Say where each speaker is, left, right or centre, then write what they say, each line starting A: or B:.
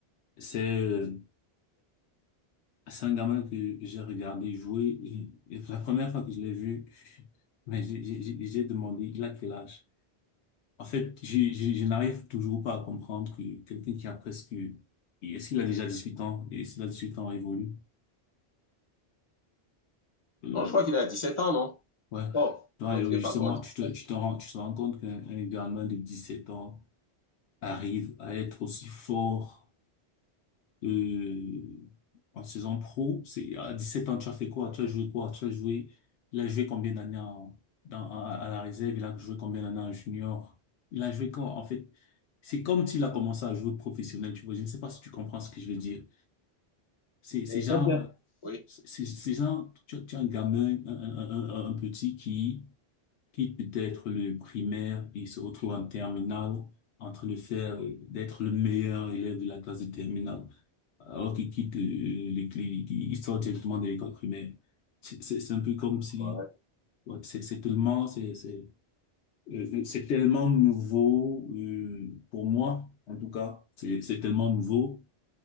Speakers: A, on the left; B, on the left.
A: c'est euh, c'est un gamin que j'ai regardé jouer et, et la première fois que je l'ai vu, <laughs> mais j'ai j'ai- j'ai- j'ai demandé, il a quel âge? En fait, je, je, je n'arrive toujours pas à comprendre que quelqu'un qui a presque... Est-ce qu'il a déjà 18 ans? Et s'il a huit ans révolu? Euh,
B: Non, je crois qu'il a dix sept ans, non?
A: ouais.
B: Oh,
A: Toi,
B: je crois
A: et
B: qu'il n'est
A: justement,
B: pas encore 17
A: tu te, tu te rends, tu te rends compte qu'un un gamin de sept ans arrive à être aussi fort euh, en saison pro. C'est à 17 ans, tu as fait quoi? Tu as joué quoi? Tu as joué. Il a joué combien d'années en- dans, à, à la réserve? Il a joué combien d'années en junior? Il a joué quand? En fait, c'est comme s'il a commencé à jouer professionnel. Tu vois, je ne sais pas si tu comprends ce que je veux dire. C'est c'est
B: Ouais,
A: genre,
B: Très bien. Oui,
A: c'est c'est genre, tu, as tu as un gamin, un, un, un, un- un petit qui quitte peut-être le primaire et se retrouve en terminale en train de faire, euh, d'être le meilleur élève de la classe de terminale alors qu'ils quittent euh, les clés, qu'ils- ils sortent directement de l'école primaire. C'est c'est- c'est un peu comme si,
B: ouais.
A: ouais, c'est c'est tellement, c'est c'est euh, euh, c'est tellement nouveau euh, pour moi, en tout cas, c'est c'est tellement nouveau.